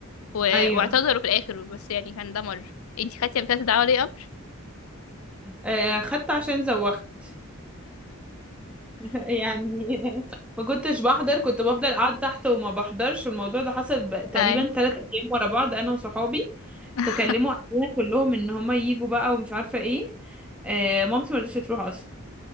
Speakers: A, on the left; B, in the centre.
A: و-
B: أيوه
A: واعتذروا في الاخر بس يعني كان ده مر انتي خدتي قبل كده استدعاء ولي امر
B: آه خدت عشان زوغت <laughs> يعني ما كنتش بحضر كنت بفضل قاعدة تحت وما بحضرش والموضوع ده حصل ب- تقريبا
A: اي
B: ثلاث <laughs> أيام ورا بعض أنا وصحابي
A: <laughs>
B: فكلموا أهلنا كلهم إن هما ييجوا بقى ومش عارفة إيه آه مامتي ما رضتش تروح أصلا